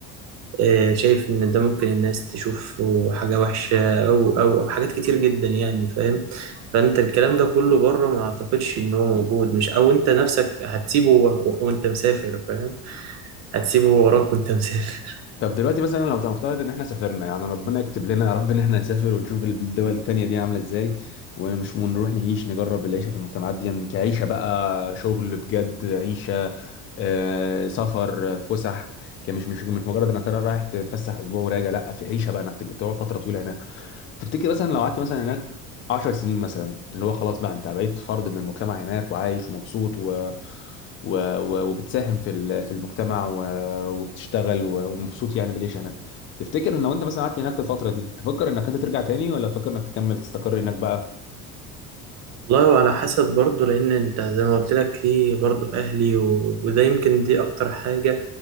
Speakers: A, on the right; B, on the left.
A: آه، شايف إن ده ممكن الناس تشوف حاجة وحشة أو أو أو حاجات كتير جدا يعني فاهم فأنت الكلام ده كله بره ما أعتقدش إن هو موجود مش أو أنت نفسك هتسيبه و- وأنت مسافر فاهم هتسيبه وراك وأنت <laughs> مسافر
B: طب دلوقتي مثلا لو تنفترض ان احنا سافرنا يعني ربنا يكتب لنا يا رب ان احنا نسافر ونشوف الدول التانية دي عاملة ازاي ومش ونروح نعيش نجرب العيشة في المجتمعات دي يعني كعيشة بقى شغل بجد عيشة آه سفر آه، فسح كمش مش مش مجرد انك ترى رايح تتفسح اسبوع وراجع لا في عيشة بقى انك تج- تقعد فترة طويلة هناك تفتكر مثلا لو قعدت مثلا هناك 10 سنين مثلا اللي هو خلاص بقى انت بقيت فرد من المجتمع هناك وعايش ومبسوط و... و... و... وبتساهم في ال... في المجتمع و... وبتشتغل و... ومبسوط يعني بالعيش هناك تفتكر ان لو انت مثلا قعدت هناك الفترة دي تفكر انك انت ترجع تاني ولا تفكر انك تكمل تستقر هناك بقى
A: والله وعلى حسب برضه لأن أنت زي ما قلت لك في برضه أهلي و... وده يمكن دي أكتر حاجة